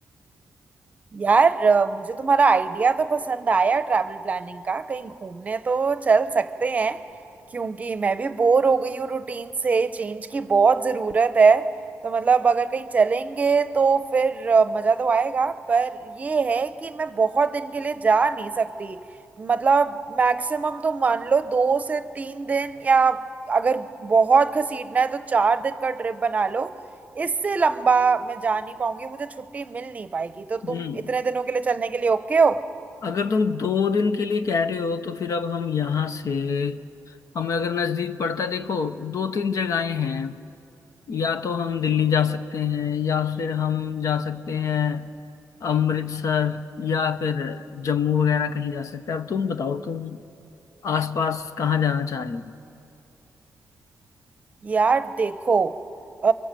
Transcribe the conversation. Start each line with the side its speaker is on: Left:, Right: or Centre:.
Right: यार अ, मुझे तुम्हारा आइडिया तो पसंद आया ट्रैवल प्लानिंग का कहीं घूमने तो चल सकते हैं क्योंकि मैं भी बोर हो गई हूँ रूटीन से चेंज की बहुत ज़रूरत है तो मतलब अगर कहीं चलेंगे तो फिर अ, मज़ा तो आएगा पर ये है कि मैं बहुत दिन के लिए जा नहीं सकती मतलब मैक्सिमम तो मान लो दो से तीन दिन या अगर बहुत घसीटना है तो चार दिन का ट्रिप बना लो इससे लंबा मैं जा नहीं पाऊंगी मुझे छुट्टी मिल नहीं पाएगी तो
Left: हम्म
Right: तुम इतने दिनों के लिए चलने के लिए ओके हो
Left: अगर तुम दो दिन के लिए कह रहे हो तो फिर अब हम यहाँ से हमें अगर नजदीक पड़ता है देखो दो तीन जगहें हैं या तो हम दिल्ली जा सकते हैं या फिर हम जा सकते हैं अमृतसर या फिर जम्मू वगैरह कहीं जा सकते हैं अब तुम बताओ तुम आसपास कहाँ जाना चाह रही हो
Right: यार देखो अ,